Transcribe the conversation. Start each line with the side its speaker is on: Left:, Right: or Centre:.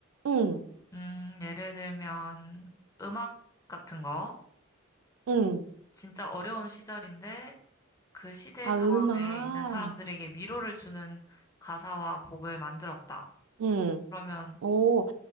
Right: 응,
Left: 음, 예를 들면 음악 같은 거,
Right: 응.
Left: 진짜 어려운 시절인데 그 시대
Right: 아,
Left: 상황에
Right: 음악.
Left: 있는 사람들에게 위로를 주는 가사와 곡을 만들었다.
Right: 응.
Left: 그러면
Right: 오,